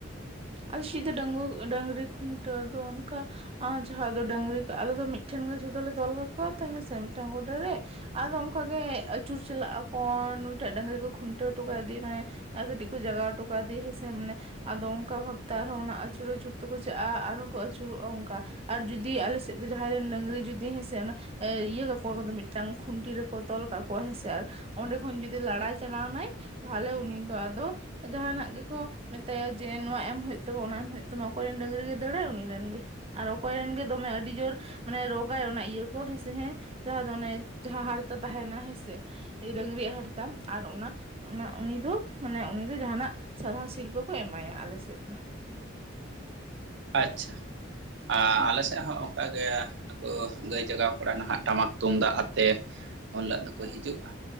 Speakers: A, on the right; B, on the right.
A: ᱟᱞᱤ ᱥᱮᱫ ᱫᱚ ᱰᱟᱝᱜᱩᱭᱟ ᱰᱟᱝᱨᱤ ᱠᱷᱩᱱᱴᱟᱹᱣ ᱫᱚ ᱚᱱᱠᱟ ᱟᱨ ᱡᱟᱦᱟᱸ ᱫᱚ ᱰᱟᱝᱨᱤ ᱟᱞᱮ ᱫᱚ ᱢᱤᱫᱴᱷᱮᱱ ᱜᱮ ᱡᱚᱛᱚ ᱞᱮ ᱛᱚᱞ ᱠᱟᱠᱚᱣᱟ ᱛᱚ ᱦᱮᱸᱥᱮ ᱢᱤᱫᱴᱟᱝ ᱜᱚᱰᱟ ᱨᱮ ᱟᱫᱚ ᱚᱱᱠᱟ ᱜᱮ ᱟᱹᱪᱩᱨ ᱪᱟᱞᱟᱜ ᱟᱠᱚ ᱱᱩᱭᱴᱟᱜ ᱰᱟᱹᱝᱨᱤ ᱠᱚ ᱠᱷᱩᱱᱴᱟᱹᱣ ᱦᱚᱴᱚ ᱠᱟᱭ ᱫᱤᱭᱮ ᱚᱱᱮ ᱟᱨ ᱠᱟᱹᱴᱤᱡ ᱠᱚ ᱡᱟᱜᱟᱣ ᱦᱚᱴᱚ ᱠᱟᱫᱮᱭᱟ ᱦᱮᱸ ᱥᱮ ᱢᱟᱱᱮ ᱟᱫᱚ ᱚᱱᱠᱟ ᱵᱷᱟᱵ ᱛᱟ ᱟᱨ ᱦᱚᱸ ᱚᱱᱟ ᱟᱹᱪᱩᱨ ᱟᱹᱪᱩᱨ ᱛᱮᱠᱚ ᱪᱟᱜᱼᱟ ᱟᱨ ᱦᱚᱸ ᱠᱚ ᱟᱹᱪᱩᱨᱚᱜᱼᱟ ᱚᱱᱠᱟ ᱾ ᱟᱨ ᱡᱩᱫᱤ ᱟᱞᱮ ᱥᱮᱫ ᱫᱚ ᱡᱟᱦᱟᱸᱭ ᱨᱮᱱ ᱰᱟᱹᱝᱨᱤ ᱡᱩᱫᱤ ᱦᱮᱸᱥᱮ ᱚᱱᱟ ᱤᱭᱟᱹ ᱠᱟᱠᱚᱣᱟ ᱟᱫᱚ ᱢᱤᱫᱴᱟᱝ ᱠᱷᱩᱱᱴᱤ ᱨᱮ ᱠᱚ ᱛᱚᱞ ᱠᱟᱠᱚᱣᱟ ᱦᱮᱸ ᱥᱮ ᱟᱨ ᱚᱸᱰᱮ ᱠᱷᱚᱱ ᱡᱩᱫᱤ ᱞᱟᱲᱟᱭ ᱪᱟᱞᱟᱣᱱᱟᱭ ᱛᱟᱦᱚᱞᱮ ᱩᱱᱤ ᱫᱚ ᱟᱫᱚ ᱡᱟᱦᱟᱱᱟᱜ ᱜᱮ ᱠᱚ ᱢᱮᱛᱟᱭᱟ ᱡᱮ ᱱᱚᱣᱟ ᱮᱢ ᱦᱩᱭᱩᱜ ᱛᱚ ᱚᱱᱟ ᱮᱢ ᱦᱩᱭᱩᱜ ᱛᱟᱢᱟ ᱚᱠᱚᱭ ᱨᱮᱱ ᱰᱟᱹᱝᱨᱤ ᱜᱮᱭ ᱫᱟᱹᱲᱟᱭ ᱩᱱᱤ ᱨᱮᱱ ᱜᱮ ᱟᱨ ᱚᱠᱚᱭ ᱨᱮᱱ ᱜᱮ ᱫᱚᱢᱮ ᱟᱹᱰᱤ ᱡᱳᱨ ᱢᱟᱱᱮ ᱨᱳᱜᱟᱭ ᱚᱱᱟ ᱤᱭᱟᱹ ᱠᱚ ᱦᱮᱸ ᱥᱮ ᱦᱮᱸ ᱡᱟᱦᱟᱸ ᱫᱚ ᱚᱱᱮ ᱡᱟᱦᱟᱸ ᱦᱟᱨᱛᱟ ᱛᱟᱦᱮᱱᱟ ᱦᱮᱸ ᱥᱮ ᱰᱟᱹᱟᱝᱨᱤ ᱦᱟᱨᱛᱟ ᱟᱨ ᱚᱱᱟ ᱚᱱᱟ ᱩᱱᱤ ᱫᱚ ᱢᱟᱱᱮ ᱩᱱᱤ ᱫᱚ ᱡᱟᱦᱟᱱᱟᱜ ᱥᱟᱨᱦᱟᱣ ᱥᱤᱨᱯᱟᱹ ᱠᱚ ᱮᱢᱟᱭᱟ ᱟᱞᱮ ᱥᱮᱫ ᱫᱚ ᱾
B: ᱟᱪᱪᱷᱟ ᱾
A: ᱦᱮᱸ
B: ᱟᱞᱮ ᱥᱮᱫ ᱦᱚᱸ ᱚᱱᱠᱟ ᱜᱮ ᱾ ᱩᱱᱠᱩ ᱜᱟᱹᱭ ᱡᱟᱜᱟᱣ ᱠᱚᱲᱟ ᱱᱟᱦᱟᱜ ᱴᱟᱢᱟᱠ ᱛᱩᱢᱫᱟᱜ ᱟᱛᱮᱫ ᱩᱱ ᱦᱤᱞᱳᱜ ᱫᱚ ᱠᱚ
A: ᱦᱮᱸ
B: ᱦᱤᱡᱩᱜᱼᱟ